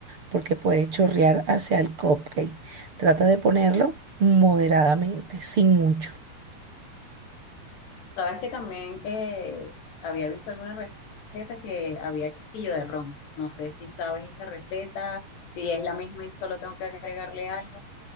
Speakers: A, on the right; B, on the left.
A: porque puede chorrear hacia el cupcake. Trata de ponerlo moderadamente, sin mucho.
B: Sabes que también eh, había visto alguna receta que había quesillo de ron. No sé si sabes esta receta, si es la misma y solo tengo que agregarle algo.